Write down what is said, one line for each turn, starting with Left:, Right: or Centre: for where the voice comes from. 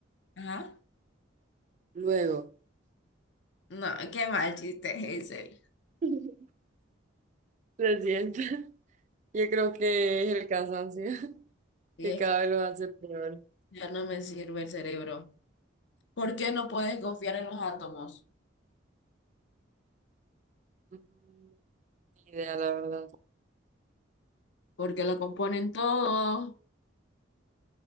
Left: Ajá.
Right: luego.
Left: No, qué mal chiste, <laughs> Hazel.
Right: <laughs> Se siente. Yo creo que es el cansancio, <laughs>
Left: Y
Right: que
Left: es
Right: cada
Left: que
Right: vez lo hace peor.
Left: ya no me sirve el cerebro. ¿Por qué no puedes confiar en los átomos?
Right: Mm, Ni idea, la verdad.
Left: Porque lo componen todo.